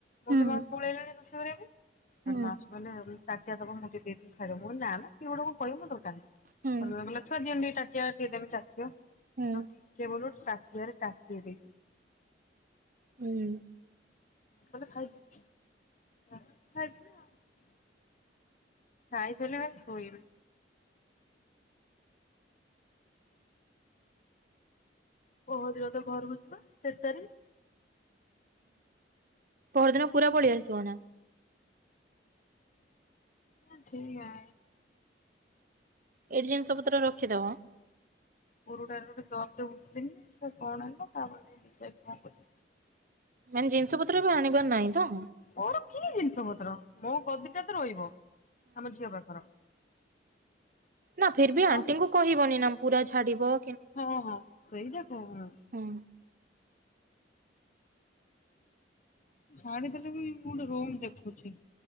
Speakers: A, on the right; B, on the left.
A: ହୁଁ
B: ମୋ ସେସ ସବୁଳେଇଲିଣି ରୋଷେଇ କରରେ ଏଟ
A: ହୁଁ।
B: ମାସ ଭଲେ ଆ ତାିା ଦେବ ମୁଁ ଟିକ ଦେଇଦିନି ଖାଇବ ନା ସେ ଗୋେ କଙ୍କୁ କହିବୁ ଦୋକାନରେ
A: ହୁଁ
B: ଲ ସଜି ଚାମ ଚାଚ ସ
A: ହୁଁ
B: ଠିକ କିଏ ବୁ ସାଧ୍ୟରେ କାକି ଦେ
A: ହୁଁ।
B: କଲେ ଖାଇବ। <inaudible> ସାଇ ଚଲିବ ଶୋଇଲ କହ ଦିବ ତେ ଘରକୁ ଯିବା ସେତ ତାରିଖ
A: ପରରଦିନ ପୁରା ପଳେଇ ଆସିବ ନା।
B: ହଁ ସେଇଆ।
A: ଏଇଠି ଜିନିଷ ପତ୍ର ରଖିଦବ
B: ପୁରୁଡାାରେ ଗୋଟେ ଦରଟ ଉଠନି ସେ କଣ ହେଲା ତାପଡି କଣ କରି
A: ମାନ ଜି ଜଛ ପତ୍ର ବି ଆଣିବାର ନାହିଁ ତ
B: ମୋର କି ଜିନିଷ ପତ୍ର ମୋ କଦିଟା ତ ରହିବ। ଆମେ ଯ ପାଖର
A: ନା ଫର ବି ଆଣ୍ଟିଙ୍କୁ
B: ଆଉ
A: କହିବନି ନା ପୁରା ଛାଡ଼ିବ।
B: ହଁ ହଁ ସେଇଟା <unintelligible>
A: ହୁଁ
B: ଛାଡିଦେଲେ ବି ମୁଁ ଗୋଟେ ରୋମ ଦେଖୁଚି।